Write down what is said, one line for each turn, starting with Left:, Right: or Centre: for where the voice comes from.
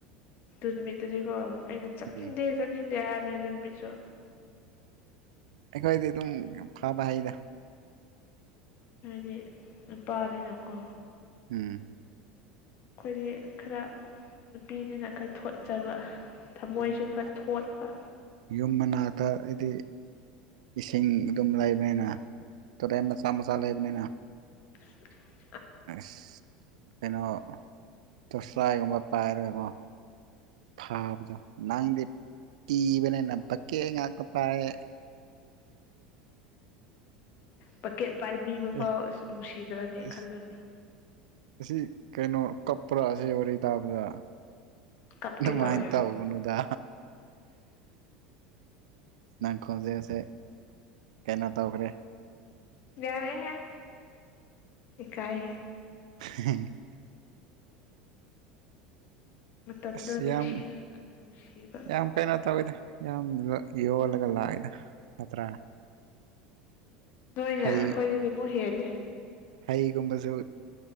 Left: ꯑꯗꯨꯃꯤꯠꯇꯗꯤꯀꯣ ꯑꯩꯅ ꯆꯠꯅꯤꯡꯗꯦ
Right: ꯎꯝ
Left: ꯆꯠꯅꯤꯡꯗꯦ ꯍꯥꯏꯕꯅꯦ ꯑꯗꯨ ꯅꯨ ꯃꯤꯠꯁꯨ
Right: ꯑꯩꯈꯣꯏꯗꯤ ꯑꯗꯨꯝ ꯐꯕ ꯍꯗ
Left: ꯍꯥꯏꯗꯤ ꯅꯨꯄꯥꯅꯤꯅꯀꯣ
Right: ꯎꯝ
Left: ꯑꯩꯈꯣꯏꯗꯤ ꯈꯔ ꯅꯨꯄꯤꯅꯤꯅ ꯈꯔ ꯊꯣꯠꯆꯕ ꯊꯃꯣꯏꯁꯨ
Right: ꯌꯨꯝ ꯃꯅꯥ
Left: ꯈꯔ ꯊꯣꯠꯄ
Right: ꯌꯨꯝ ꯃꯅꯥꯛꯇ ꯍꯥꯏꯗꯤ ꯏꯁꯤꯡ ꯑꯗꯨꯝ ꯂꯩꯕꯅꯤꯅ ꯇꯣꯇ ꯃꯆꯥ ꯃꯆꯥ ꯂꯩꯕꯅꯤꯅ
Left: <unintelligible>
Right: ꯑꯁ ꯀꯩꯅꯣ ꯇꯣꯁꯂꯥꯒꯨꯝꯕ ꯄꯥꯏꯔꯒꯦꯀꯣ ꯊꯥꯕꯗ ꯅꯪꯗꯤ ꯏꯕꯅꯦ ꯅꯕꯀꯦ ꯍꯉ ꯇꯥꯏ
Left: ꯄꯀꯦꯠ ꯄꯥꯏꯕꯤꯕ ꯐꯥꯎ
Right: ꯑꯦ
Left: ꯑꯁ ꯅꯨꯡꯁꯤꯗ꯭ꯔꯅꯤ
Right: ꯑꯁ
Left: ꯈꯜꯂꯅꯤ
Right: ꯑꯁꯤ ꯀꯩꯅꯣ ꯀꯞꯄꯔ ꯁꯤ ꯋꯥꯔꯤꯔꯤ ꯇꯥꯞꯗ
Left: ꯀꯞꯀꯦ
Right: ꯑꯗꯨꯃꯥꯏꯅ
Left: ꯇꯧꯋꯦ
Right: ꯇꯧꯕꯕꯅꯨꯗ ꯅꯪꯈꯣꯟꯜꯁꯦꯁꯦ ꯀꯩꯅꯣ ꯇꯧꯈ꯭ꯔꯦ
Left: ꯌꯥꯔꯦ ꯍꯥꯏ ꯏꯀꯑ
Right: ꯎ
Left: ꯃꯇꯝꯗꯣ
Right: ꯑ
Left: ꯅꯤꯡꯁꯤꯡꯉꯒ
Right: ꯌꯥꯝ
Left: ꯅꯨꯡꯁꯤꯕ
Right: ꯌꯥꯝ ꯀꯩ ꯅꯅꯥꯇ ꯑꯣꯏꯗ ꯌꯥꯝ ꯌꯣꯜꯂꯒ ꯂꯥꯛꯑꯦꯗ ꯅꯠꯇ꯭ꯔꯥ
Left: ꯅꯣꯏꯅ
Right: ꯍꯩ
Left: ꯑꯩꯈꯣꯏꯗꯗꯤ ꯑꯃꯨꯛ ꯍꯦꯂ
Right: ꯍꯩꯒꯨꯝꯕꯁꯨ